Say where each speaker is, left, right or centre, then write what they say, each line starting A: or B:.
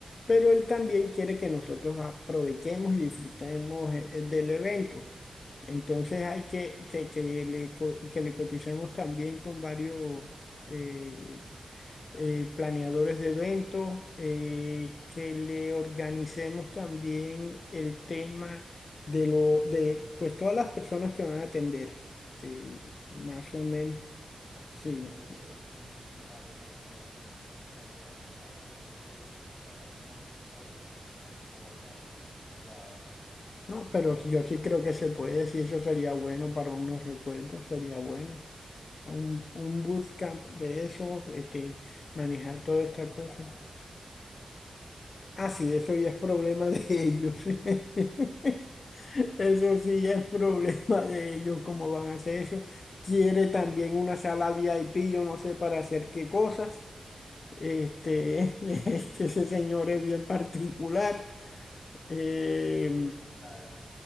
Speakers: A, on the left; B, on the left.
A: pero él también quiere que nosotros aprovechemos y disfrutemos eh, eh, del evento. Entonces hay que, que, que le, co- que le coticemos también con varios eh, eh, planeadores de eventos, eh, que le organicemos también el tema de lo, de pues todas las personas que van a atender, que más
B: Perfecto.
A: o menos, sí.
B: Oye, y, y para los recuerditos, ¿será que dejan tomar fotos? ¿Te dijo que contratáramos algún fotógrafo? ¿O no? Como es privado,
A: No,
B: ¿cómo, cómo
A: pero
B: va
A: sí-
B: a funcionar
A: yo sí creo
B: el
A: que se
B: tema?
A: puede, sí, eso sería bueno para unos recuerdos, sería bueno. Un,
B: ¿Cierto?
A: un bootcamp de eso, este, manejar
B: Que no se
A: toda
B: lo
A: esta
B: pasen
A: cosa.
B: a la novia.
A: Ah, sí, eso ya es problema de ellos. <laughs> Eso sí ya es problema
B: Eh,
A: de ellos, cómo van a hacer eso. Quiere también una sala VIP, yo no sé para hacer qué cosas. Este,
B: No,
A: <laughs> este, ese señor es bien particular.
B: <laughs> Sí.
A: Eh,
B: quién sabe.